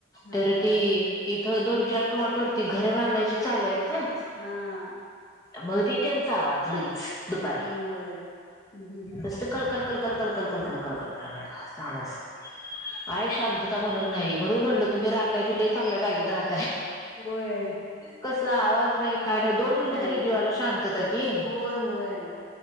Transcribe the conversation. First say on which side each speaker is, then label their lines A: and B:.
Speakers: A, on the left; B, on the left.
A: हा
B: तर ती इथं दोन, चार प्लॉटवरती घर बांधायची चाल ह.
A: हा
B: मधी त्यांचा आवाज लगेच दुपारी,
A: होय. हम्म हम्म.
B: नुस्त कल कल कल कल कल कल कल कल
A: कल्ली
B: कल कल चालू असते आहेय शांतता म्हणून नाही म्हणून म्हटलं तुम्ही राहताय ते लई चांगल्या जागेत राहता
A: होय.
B: कसला आवाज नाई काय नाही. दोन मिंटं
A: काय?
B: तरी जीवाला शांतता घे.
A: होय होय.